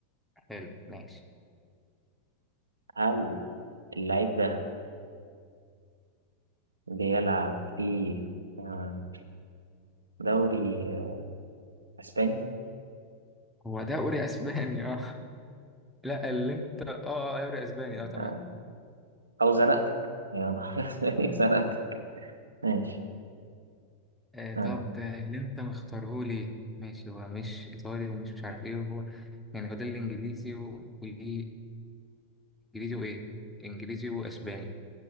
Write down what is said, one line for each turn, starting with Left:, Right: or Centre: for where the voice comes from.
Centre: حلو ماشي
Right: هل اللعيب ده بيلعب في آه... دوري آه... أسباني؟
Centre: هو دوري أسباني اه لا اللي انت اه آه، دوري أسباني اه تمام
Right: آه... أو زنقتك يعني <laughs> دوري أسباني زنقتك <laughs> ماشي
Centre: آه طب
Right: آه.
Centre: آه، اللي انت مختاره لي ماشي هو مش إيطالي ومش مش عارف ايه وهو يعني هو ده الإنجليزي و... وإنجليزي وإيه إنجليزي وأسباني